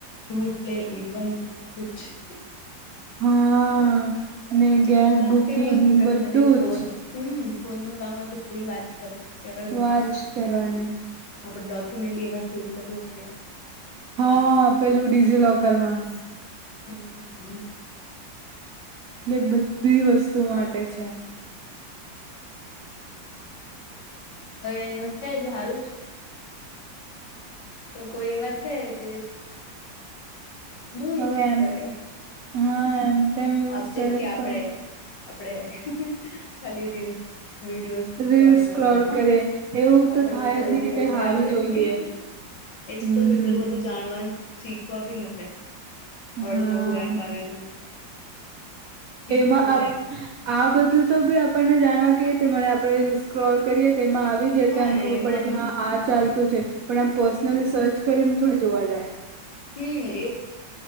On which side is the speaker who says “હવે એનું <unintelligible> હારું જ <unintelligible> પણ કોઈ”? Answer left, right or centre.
Left